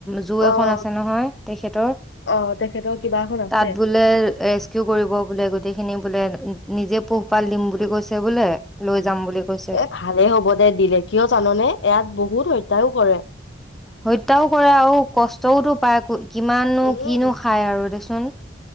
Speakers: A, in the centre; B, on the left.
A: জু
B: অ',
A: এখন আছে নহয়, তেখেতৰ
B: অ', তেখেতৰ কিবা এখন আছে।
A: তাত বোলে ৰেস্কিউ কৰিব বোলে গোটেইখিনি বোলে নিজে পোহপাল দিম বুলি কৈছে বোলে লৈ যাম বুলি কৈছে
B: এ ভালেই হ'ব দে দিলে কিয় জাননে? ইয়াত বহুত হত্যা কৰে।
A: হত্যাও কৰে আৰু কষ্টওতো পায়। কিমাননো,
B: উম,
A: কিনো খায় আৰু দেচো <unintelligible>